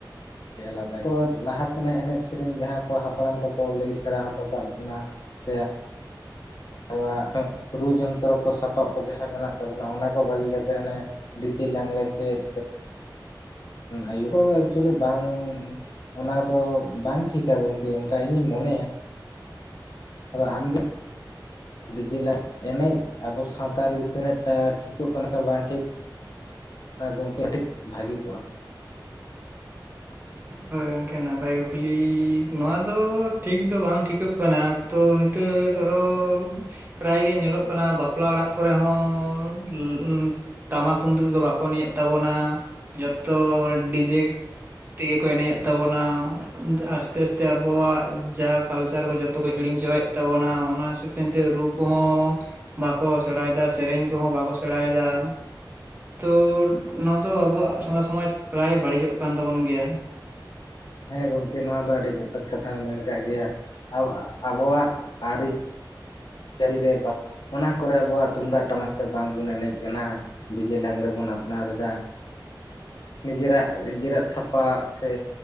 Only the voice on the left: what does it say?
<inaudible> ᱟᱞᱟᱫᱟ ᱜᱮᱭᱟ ᱠᱚ ᱞᱟᱦᱟ ᱛᱮᱱᱟᱜ ᱮᱱᱮᱡ ᱥᱮᱨᱮᱧ ᱡᱟᱦᱟᱸ ᱠᱚ ᱦᱟᱯᱲᱟᱢ ᱠᱚᱠᱚ ᱞᱟᱹᱭ ᱥᱮᱲᱟ ᱦᱚᱴᱚ ᱠᱟᱜ ᱵᱚᱱᱟ ᱥᱮ᱾ ᱟᱵᱳᱭᱟᱜ ᱨᱩ ᱡᱚᱱᱛᱨᱚ ᱠᱚ ᱥᱟᱯᱟᱵ ᱠᱚ ᱡᱟᱦᱟᱸ ᱢᱮᱱᱟᱜ ᱛᱟᱵᱚᱱᱟ ᱚᱱᱟ ᱠᱚ ᱵᱟᱹᱜᱤ ᱠᱟᱛᱮᱫ ᱦᱟᱱᱮ᱾ ᱰᱤᱪᱮ ᱞᱟᱝᱲᱮ ᱥᱮᱫ ᱟᱭᱩ ᱠᱚ ᱮᱠᱪᱩᱭᱮᱞᱤ ᱵᱟᱝ᱾ ᱚᱱᱟ ᱫᱚ ᱵᱟᱝ ᱴᱷᱤᱠᱟ ᱜᱚᱝᱠᱮ, ᱚᱱᱠᱟ ᱤᱧᱤᱧ ᱢᱚᱱᱮᱭᱟ ᱾ ᱟᱫᱚ ᱟᱢ ᱜᱮ ᱰᱤᱡᱮ ᱞᱟ ᱮᱱᱮᱡ ᱟᱵᱚ ᱥᱟᱶᱛᱟ ᱨᱮᱜᱮ ᱛᱤᱱᱟᱹᱜ ᱴᱟ ᱴᱷᱤᱠᱚᱜ ᱠᱟᱱᱟ ᱥᱮ ᱵᱟᱝ ᱴᱷᱤᱠ᱾ ᱚᱱᱟ ᱜᱚᱝᱠᱮ ᱠᱟᱹᱴᱤᱡ ᱵᱷᱟᱹᱜᱤ ᱠᱚᱜᱼᱟ ᱾
ᱦᱮᱸ ᱜᱚᱝᱠᱮ, ᱱᱚᱣᱟ ᱫᱚ ᱟᱹᱰᱤ ᱡᱚᱛᱷᱟᱛ ᱠᱟᱛᱷᱟ ᱢᱮᱱ ᱠᱟᱜ ᱜᱮᱭᱟ, ᱟᱵᱚᱣᱟᱜ ᱟᱹᱨᱤ᱾ ᱡᱟᱹᱨᱤ ᱨᱮ <inaudible> ᱚᱱᱟ ᱠᱚᱨᱮ ᱟᱵᱚᱣᱟᱜ ᱛᱩᱢᱫᱟᱜ ᱴᱟᱢᱟᱠ ᱛᱮ ᱵᱟᱝᱵᱚᱱ ᱮᱱᱮᱡ ᱠᱟᱱᱟ, ᱰᱤᱡᱮ ᱞᱟᱜᱽᱬᱮ ᱵᱚᱱ ᱟᱯᱱᱟᱨ ᱮᱫᱟ ᱾ ᱱᱤᱡᱮᱨᱟᱜ ᱱᱤᱡᱮᱨᱟᱜ ᱥᱟᱯᱟᱯ ᱥᱮ᱾